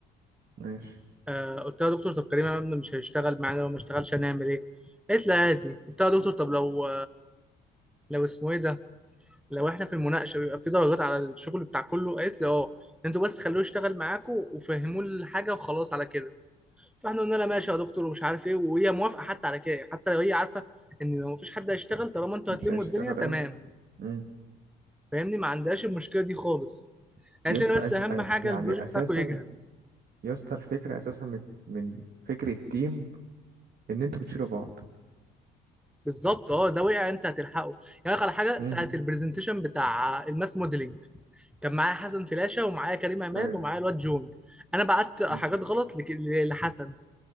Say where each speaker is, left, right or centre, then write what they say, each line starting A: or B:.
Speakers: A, on the right; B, in the centre.
A: ماشي
B: آه قلت لها يا دكتور طب كريم عماد مش هيشتغل معانا لو ما اشتغلش هنعمل ايه قالت لي عادي قلت لها يا دكتور طب لو لو اسمه ايه ده لو احنا في المناقشه بيبقى في درجات على الشغل بتاع كله قالت لي اه انتوا بس خلوه يشتغل معاكم وفهموه الحاجه وخلاص على كده فاحنا قلنا لها ماشي يا دكتور ومش عارف ايه وهي موافقه حتى على كده حتى لو هي عارفه ان لو مفيش حد هيشتغل طالما انتوا
A: مش
B: هتلموا
A: هيشتغل
B: الدنيا تمام
A: قوي مم.
B: فاهمني ما عندهاش المشكله دي خالص
A: يا
B: قالت
A: اسطى
B: لنا بس
A: أس...
B: اهم
A: أس...
B: حاجه
A: يعني
B: البروجكت
A: اساسا
B: بتاعكم يجهز
A: يا اسطى الفكره اساسا من من فكره تيم ان انتوا بتشيلوا بعض
B: بالظبط اه ده وقع انت هتلحقه يعني أقول لك على حاجه
A: مم.
B: ساعه البرزنتيشن بتاع الماس موديلنج كان معايا حسن فلاشه ومعايا كريم عماد
A: ايوه
B: ومعايا الواد جون انا بعت حاجات
A: مم.
B: غلط لك- لحسن